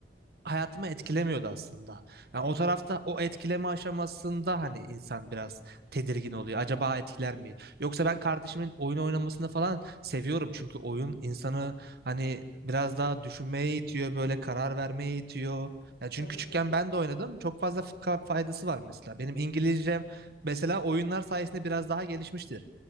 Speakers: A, on the right; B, on the left.
A: Hayatıma etkilemiyordu aslında.
B: Hı
A: Yani
B: hı.
A: o tarafta o etkileme aşamasında hani insan biraz tedirgin oluyor. Acaba etkiler mi? Yoksa ben kardeşimin oyun oynamasını falan seviyorum. Çünkü oyun insanı hani biraz
B: Evet,
A: daha düşünmeye itiyor, böyle karar vermeye itiyor. Ya çünkü
B: tabii
A: küçükken
B: ki.
A: ben de oynadım. Çok fazla fa- faydası var mesela. Benim İngilizcem mesela oyunlar sayesinde biraz daha gelişmiştir.